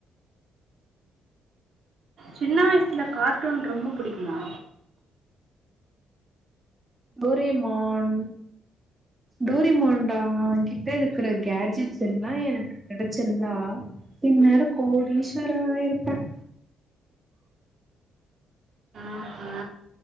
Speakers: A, on the right (about 55°); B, on the right (about 15°).
A: சின்ன வயசுல கார்ட்டூன் ரொம்ப புடிக்குமா
B: டோரிமாண் டோரிமாண்டா அவ கிட்ட இருக்கிற கேஜெட்ஸ் எல்லாம் எனக்கு கெடைச்சிருந்தா இந்நேரம் கோடீஸ்வரா ஆயிருப்பேன்
A: ஆஹா